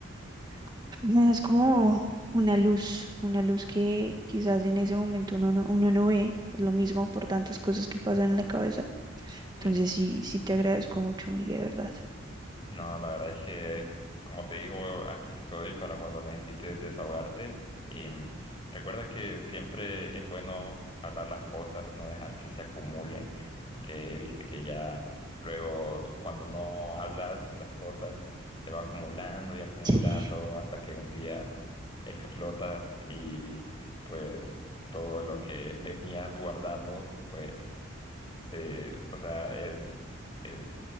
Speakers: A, on the right; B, on the left.
A: <laughs> me das como una luz, una luz que quizás en ese momento uno no, uno no ve por lo mismo, por tantas cosas que pasan en la cabeza. Entonces
B: Sí.
A: sí, sí te agradezco mucho, Miguel, de verdad.
B: No, la verdad es que, como te digo, aquí estoy para cuando necesites desahogarte. Em, recuerda que siempre es bueno hablar las cosas, no dejar que se acumulen, porque viste que ya luego cuando no hablas las cosas se va acumulando y acumulando
A: <laughs>
B: hasta que un día explotas y pues todo lo que venías guardando, pues se, o sea, es, es,